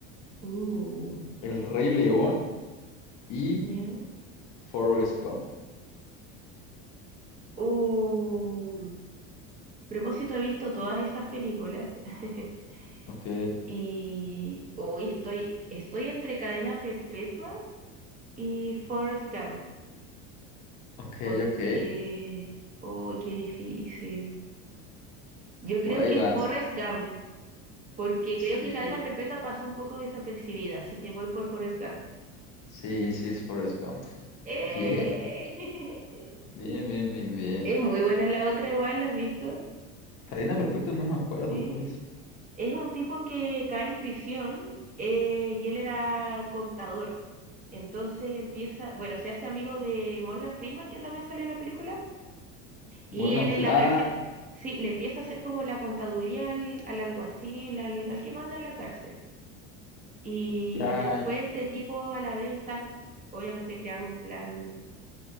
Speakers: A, on the right; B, on the left.
A: Uh,
B: El Rey León y
A: ya.
B: Forrest Gump.
A: Uh. A propósito, he visto todas esas películas <laughs>
B: Ok,
A: y hoy estoy, estoy entre Cadena Perpetua Y Forrest Gump,
B: ok,
A: porque...
B: ok.
A: ¡Uy, qué difícil! Yo creo
B: Por ahí
A: que
B: vas.
A: Forrest Gump, porque creo
B: Sí,
A: que Cadena Perpetua pasó un poco desapercibida, así que voy por Forrest Gump.
B: sí, sí es Forrest Gump.
A: ¡Eh!
B: Bien,
A: <laughs>
B: bien, bien, bien, bien.
A: Es muy buena la otra igual, ¿la has visto?
B: Cadena Perpetua no me acuerdo,
A: Sí.
B: ¿cuál es?
A: Es un tipo que cae en prisión eh, y él era contador. Entonces empieza, bueno, se hace amigo de Morgan Freeman, que también salió en la película. Y
B: Morgan
A: él
B: Freeman.
A: en la cárcel, sí, le empieza a hacer como la contaduría al, al alguacil, al, al que manda en la cárcel. Y
B: Ya,
A: después este tipo a la vez está c- obviamente creando un plan,